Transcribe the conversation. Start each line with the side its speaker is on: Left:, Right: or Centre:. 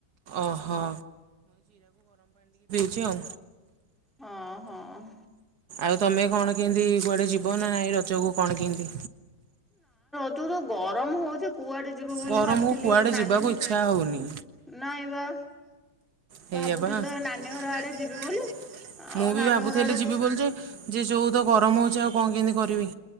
Right: ଓହୋ। ଚି ଆଉ
Centre: ହଁ ହଁ।
Right: ଆଉ ତମେ କଣ କେମିତି କୁଆଡେ ଯିବ ନା ନାଇଁ ରଜକୁ? କଣ କେନ୍ତି
Centre: ଯୋଉ ତ ଗରମ ହଉଚି କୁଆଡେ ଯିବ ବୋଲି
Right: ଗରମକୁ
Centre: ଭାବିଥିଲି
Right: କୁଆଡ଼େ
Centre: ମୋ ନାନୀ
Right: ଯିବାକୁ ଇଚ୍ଛା ହଉନି
Centre: ନାଇ ବା।
Right: ହେଇଆ
Centre: ଭାବୁଥିଲି
Right: ବା। ମୁଁ
Centre: ତ ନାନୀ ଘର ଆଡେ ଯିବି ବୋଲି ଆଉ ନାନୀ
Right: ବି ଭାବୁଥିଲି
Centre: ଘର ଆଡେ
Right: ଯିବି ବୋଲି ଯେ। ଯେ ଯୋଉଦ ଗରମ ହଉଛି ଆଉ କଣ କେମିତି କରିବି?